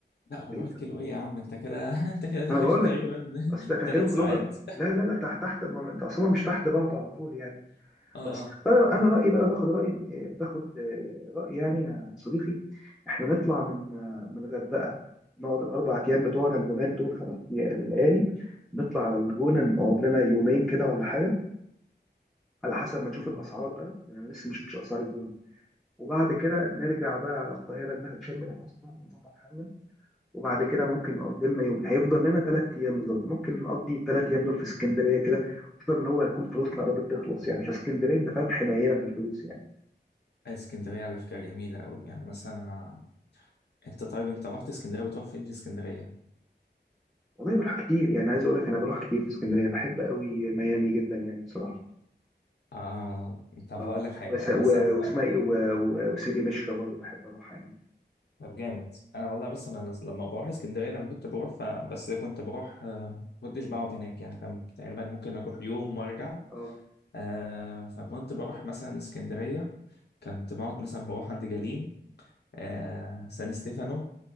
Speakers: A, on the left; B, in the centre.
A: لا 400
B: بعيده
A: كيلو ايه يا عم انت كده <laughs> انت كده داخل
B: انا بقول
A: في تقريبا
B: لك اصل
A: <laughs>
B: ده فاكرهم
A: ثلاث
B: كلهم
A: ساعات
B: جنب. لا لا لا تحت تحت ما انت اصلا مش تحت بعض على طول يعني
A: <laughs> اه
B: بس فانا انا رايي بقى لو تاخد راي إيه، تاخد آه، راي يعني يا صديقي احنا نطلع من آه، من الغردقه نقعد الاربع ايام بتوعنا الجمال دول خمس ليالي نطلع على الجونه نقعد لنا يومين كده ولا حاجه على حسب ما نشوف
A: اه
B: الاسعار بقى يعني انا لسه ما شفتش اسعار الجونه وبعد كده نرجع بقى على القاهرة نشم نفسنا ونظبط حالنا وبعد كده ممكن نقضي لنا يوم هيفضل لنا ثلاث أيام بالظبط ممكن نقضي الثلاث أيام دول في اسكندرية كده خصوصا إن هو هيكون فلوسنا قربت تخلص يعني فاسكندرية أنت فاهم حنينة في الفلوس يعني
A: اسكندرية على فكرة جميلة أوي يعني مثلا أنا أنت طيب أنت رحت اسكندرية بتروح فين في اسكندرية؟
B: والله بروح كتير يعني عايز أقول لك أنا بروح كتير في اسكندرية بحب قوي ميامي جدا يعني بصراحة
A: آه طب
B: أه
A: هقول لك حاجة
B: وس...
A: أنا
B: و...
A: مثلا الأماكن
B: واسمها إيه و... و... وسيدي مشرى برضه بحب أروحها يعني
A: طب جامد أنا والله بس أنا لما بروح اسكندرية لما كنت بروح ف... بس كنت بروح آه، ما كنتش بقعد هناك يعني كان تقريبا ممكن أروح يوم وأرجع
B: أه
A: آه فكنت بروح مثلا اسكندرية كنت بقعد مثلا بروح عند جليم آه سان ستيفانو